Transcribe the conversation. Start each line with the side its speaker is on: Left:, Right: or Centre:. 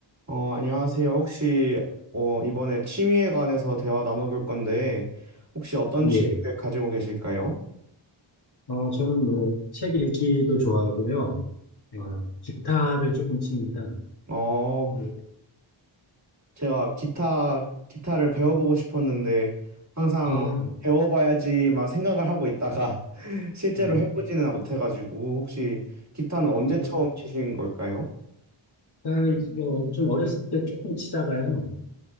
Right: 어, 안녕하세요. 혹시 어, 이번에 취미에 관해서 대화 나눠볼 건데 혹시 어떤 취미를
Left: 예.
Right: 가지고 계실까요?
Left: 어, 저는 뭐, 책 읽기도 좋아하고요. 어, 기타를 조금 칩니다.
Right: 어,
Left: 예.
Right: 제가 기타 기타를 배워보고 싶었는데 항상
Left: 아, 아,
Right: 배워봐야지 막 생각을 하고 있다가 <laughs> 실제로
Left: 어,
Right: 해보지는 못해가지고 혹시 기타는 언제
Left: 음,
Right: 처음 치신 걸까요?
Left: 딱, 어, 좀 어렸을 때 조금 치다가요.